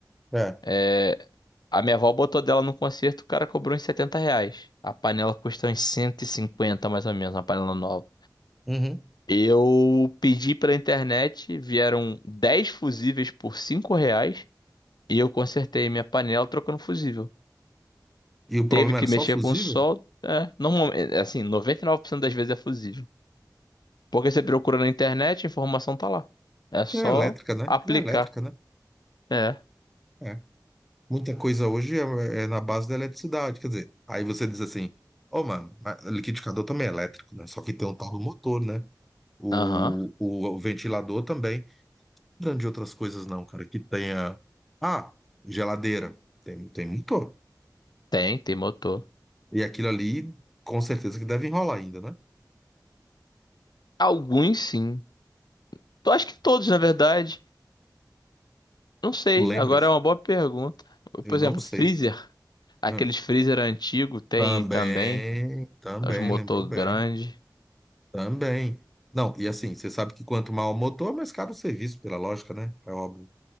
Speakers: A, in the centre; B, on the left (about 70°).
A: É.
B: É, a minha avó botou dela no concerto, o cara cobrou uns 70 reais. A panela custa uns 150, mais ou menos, uma panela nova.
A: Uhum.
B: Eu pedi pela internet, vieram 10 fusíveis por 5 reais e eu consertei minha panela trocando fusível.
A: E o
B: Teve
A: problema
B: que
A: era
B: mexer
A: só fusível?
B: com o sol, é, normalmente, assim, noventa e nove por cento das vezes é fusível. Porque você procura na internet, a informação tá lá. É só
A: Que era elétrica, né?
B: aplicar.
A: Era elétrica, né?
B: É.
A: É. Muita coisa hoje é, é na base da eletricidade. Quer dizer, aí você diz assim, ô, mano, mas liquidificador também é elétrico, né? Só que tem um tal do motor, né? O,
B: Aham,
A: o, o ventilador também. Não de outras coisas, não, cara. Que tenha. Ah, geladeira. Tem, tem motor.
B: Tem, tem motor.
A: E aquilo ali, com certeza que deve enrolar ainda, né?
B: Alguns sim. Eu acho que todos, na verdade. Não sei,
A: Tu lembras?
B: agora é uma boa pergunta.
A: Eu
B: Por exemplo,
A: não sei.
B: freezer. Aqueles
A: Ah,
B: freezer antigo tem
A: Também,
B: também.
A: também,
B: Os motor
A: lembrou bem.
B: grande.
A: Também. Não, e assim, você sabe que quanto maior o motor, mais caro o serviço, pela lógica, né? É óbvio.